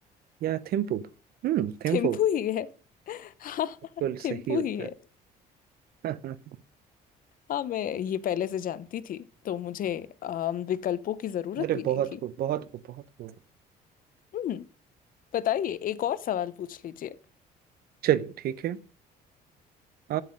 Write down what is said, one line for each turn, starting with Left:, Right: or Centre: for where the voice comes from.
Right: या थिम्पू हम्म थिम्पू
Left: थिम्पू ही है हाँ
Right: बिल्कुल सही
Left: थिम्पू
Right: उत्तर
Left: ही है
Right: <laughs>
Left: हाँ मैं ये पहले से जानती थी तो मुझे अम, विकल्पों की जरूरत
Right: अरे
Left: भी नहीं
Right: बहुत
Left: थी
Right: खूब बहुत खूब बहुत खूब
Left: हम्म बताइए एक और सवाल पूछ लीजिए
Right: चलिए ठीक है आ,